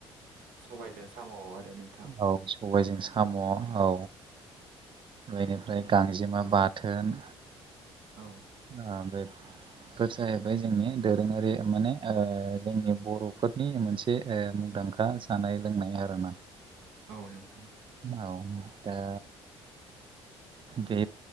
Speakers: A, on the right; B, on the right.
A: सबायजों साम आरो नों
B: औ सबायजों साम औ बेनिफ्राय गांजेमा बाथोन
A: औ
B: आ बे बेफोर जाहैबाय जोंनि दोरोङारि माने ओ जोंनि बर'फोरनि मोनसे ओ मुंदांखा जानाय लोंनाय आरोना।
A: औ नोंथां
B: औ दा बे